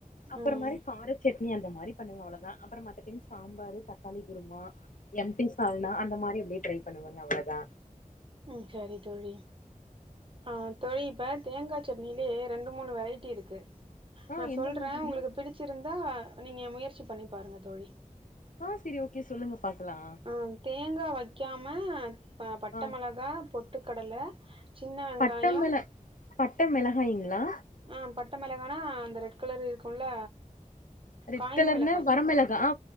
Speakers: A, on the left; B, on the right.
A: அப்புறம்
B: ம்
A: மாரி கார சட் னி அந்த மாதி பண்ணுவை அவ்ளதா அப்புறம் மத் சில டைம் சாம்பாரு தக்காளி குருமா எம்டி சால்னா அந்த மாரி எப்டியே ட்ரை பண்ணுவேங்க அவ்ளதா
B: ம் சேரி தோழி ஆ தோழி இப்ப தேங்கா சட்னிலேயே ரெண்டு மூணு வெரைட்டி இருக்கு
A: ஆ
B: நா சொல்றே
A: எந்த மாதிரிங்க
B: உங்களுக்கு பிடிச்சிருந்தா நீங்க முயற்சி பண்ணி பாருங்க தோழி
A: ஆ செரி ஓகே சொல்லுங்க பாக்கலா
B: ஆ தேங்கா வைக்காம பட்ட
A: ஆ
B: மிளக பொட்டுக்கடல, சின்ன வெங்காயோ
A: பட்ட மிள பட்ட மெளகாய்ங்ளா
B: அ பட்ட மெளகானா அந்த ரெட் கலர் இருக்குல்ல
A: ரெட்
B: காய்ந்த
A: கலர்னு
B: மிளகாய்
A: வர மெளகா அ